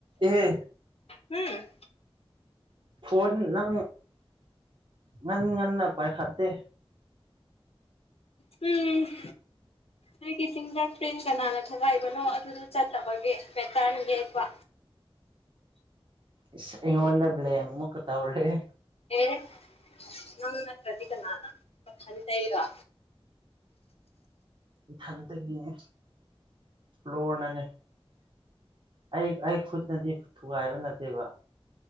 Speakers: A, on the right; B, on the left.
A: ꯑꯦꯍꯦ
B: ꯎꯝ
A: ꯐꯣꯟ ꯅꯪ ꯉꯟ ꯉꯟꯅ ꯄꯥꯏꯈꯠꯇꯦ
B: ꯎꯝ ꯑꯩꯒꯤ ꯐꯤꯡꯒꯔ ꯄ꯭ꯔꯤꯟ ꯀꯅꯥꯅ ꯊꯒꯥꯏꯕꯅꯣ ꯑꯗꯨꯅ ꯆꯠꯇꯕꯒꯤ ꯄꯦꯇꯔꯟ ꯌꯦꯛꯄ
A: ꯑꯁ ꯏꯉꯣꯟ ꯕ꯭ꯂꯦ ꯑꯃꯨꯛ ꯇꯧꯔꯦꯍꯦ
B: ꯑꯦ ꯅꯪ ꯅꯠꯇ꯭ꯔꯗꯤ ꯀꯅꯥꯅ ꯃꯊꯜꯗꯔꯣ
A: ꯏꯊꯟꯇꯒꯤꯅꯦ ꯐꯣꯔꯅꯅꯦ ꯑꯩ ꯑꯩ ꯈꯨꯠꯅꯗꯤ ꯊꯨꯒꯥꯏꯕ ꯅꯠꯇꯦꯕ